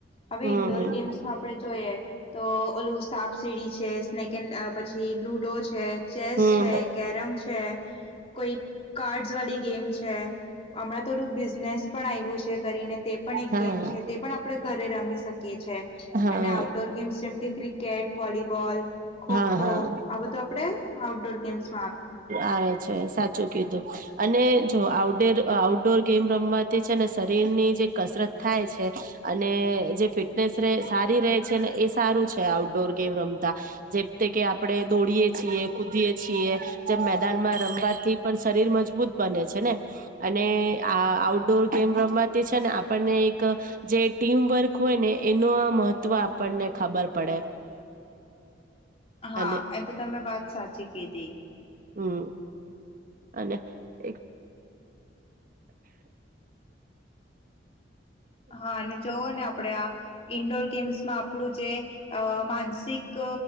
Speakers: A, on the left; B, on the right.
A: હવે
B: હમ
A: ઈન્ડોર
B: હમ
A: ગેમ્સમાં આપડે જોઈએ. તો ઓલું સાપ-સીડી છે સ્નેક એન્ડ પછી લુડો છે. ચેસ
B: હમ
A: છે, કેરમ છે. કોઈ કાર્ડ વાળી ગેમ છે, હમણાં તો નેક્સટ પણ આવ્યું છે. કરીને તે પણ એક
B: હા
A: ગેમ છે, તે પણ આપણે ઘરે રમી શકીએ છે.
B: હા
A: અને આઉટડોર ગેમ્સ જેમ કે ક્રિકેટ, વોલીબોલ, ખો-ખો
B: હા હા
A: આ બધું આપણે આઉટડોર ગેમ્સ.
B: આવે છે, સાચું કીધું અને આઉટડોર આઉટડોર ગેમ રમવાતી છે અને શરીર ની જે કસરત થાય છે. અને જે ફિટનેસ સારી રે છે ને, એ સારું છે. આઉટડોર ગેમ રમતા જેમતે કે આપણે દોડીએ છીએ, કૂદીએ છીએ. જેમ મેદાન માં રમવાથી પણ શરીર મજબૂત બને છે ને અને આ આઉટડોર ગેમ રમવાથી છે ને આપણને એક જે ટીમ વર્ક હોય ને એનો આ મહત્ત્વ આપણને ખબર પડે.
A: હા,
B: અને
A: એ તો તમે વાત સાચી કીધી. કીધી.
B: હમ્મ અને એક
A: હા, અને જવો ને આપ પડ્યા ઇન્ડોર ગેમ્સ માં આપણું જે અ માનસિક